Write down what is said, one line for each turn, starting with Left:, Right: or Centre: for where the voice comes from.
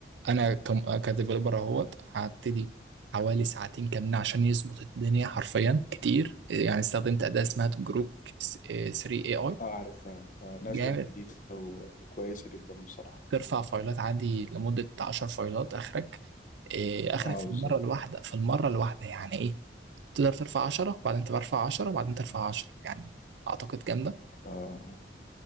Right: انا كم كديفلوبر اهوت هبتدي حوالي ساعتين كاملة عشان يظبط الدنيا حرفيا كتير يعني استخدمت أداة اسمها جروب 3 اي اي
Left: اه عارفها اه نازله
Right: جامد
Left: جديده و- وكويسه جدا بصراحه
Right: ترفع فايلات عادي لمدة 10 فايلات اخرك إيه، اخرك
Left: اه
Right: في المرة
Left: بالظبط
Right: الواحدة في المرة الواحدة يعني ايه تقدر ترفع 10 وبعدين ترفع 10 وبعدين ترفع 10 يعني اعتقد جامدة
Left: آه.